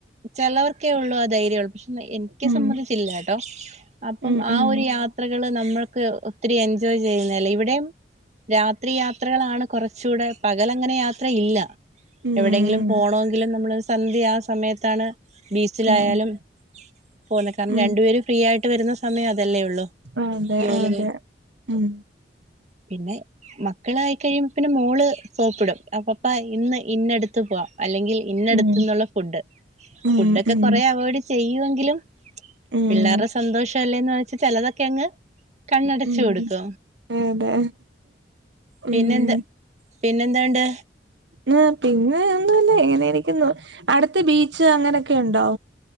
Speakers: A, on the right; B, on the right.
A: ചെലോർക്കേ ഉള്ളൂ ആ ധൈര്യൾ ക്ഷെന്ന എൻക്കി
B: ഉം
A: സമ്മന്തിച്ചില്ലാട്ടോ അപ്പം
B: ഉം
A: ആ
B: ഉം
A: ഒരു യാ ത്രകള് നമ്മൾക്ക് ഒത്തിരിയെൻജോയ് ചെയ്യുന്നതല്ലെ. ഇവിടെം രാത്രി യാത്രകളാണ് കൊറച്ചൂടെ പകലങ്ങന യാത്രയില്ല.
B: ഉം
A: എവിടെങ്കിലും പോണോങ്കില് നമ്മള് സന്ധ്യ ആ സമയത്താണ് ബീച്ചിലായാലും
B: ഉം
A: <unintelligible>
B: ഉം
A: രണ്ടുപേരു ഫ്രീ ആയിട്ട് വരുന്ന സമയതല്ലേ ഉള്ളൂ.
B: അതെ
A: ജോലി
B: അതെ
A: കഴി
B: ഉം
A: പിന്നെ മക്കളായി കഴിയു പിന്ന മോള് സോപ്ടും അപപ്പാ ഇന്ന് ഇന്നട്ത്ത് പൊഅ അല്ലെങ്കിൽ ഇന്നട്ത്ത്ന്നുള്ള
B: ഉം
A: ഫുഡ്
B: ഉം
A: ഫുഡൊക്കെ
B: ഉം
A: കൊറേ അവോയ്ഡ് ചെയ്യുവെങ്കിലും
B: ഉം
A: പിള്ളേരെ സന്തോഷല്ലേന്ന് വച്ച് ചെലതൊക്കെയങ്ങ് കണ്ണടച്ച്
B: ഉം
A: കൊടുക്കൊ?
B: അതെ
A: പിന്നെന്ത്?
B: ഉം
A: പിന്നെന്താണ്ട്?
B: ങ് പിന്നെ ഒന്നുല്ല ഇങ്ങനെരിക്കുന്നു അടുത്ത് ബീച്ച് അങ്ങനൊക്കെണ്ടോ?